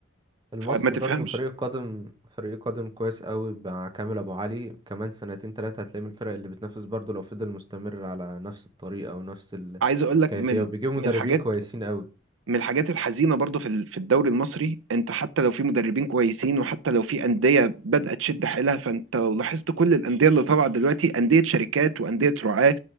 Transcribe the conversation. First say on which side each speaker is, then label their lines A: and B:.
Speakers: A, on the right; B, on the right.
A: المصري
B: فما تفهمش
A: برضو فريق القدم فريق قدم كويس قوي مع كامل ابو علي كمان سنتين تلاتة هتلاقي من الفرق اللي بتنافس برضو لو فضل مستمر على نفس الطريقة ونفس الكيفية
B: عايز اقول لك من
A: وبيجيبوا مدربين
B: من الحاجات
A: كويسين قوي
B: من الحاجات الحزينه برضو في ال- في الدوري المصري انت حتى لو في مدربين كويسين وحتى لو في انديه بدات تشد حيلها فانت لو لاحظت كل الانديه اللي طالعه دلوقتي انديه شركات وانديه رعاه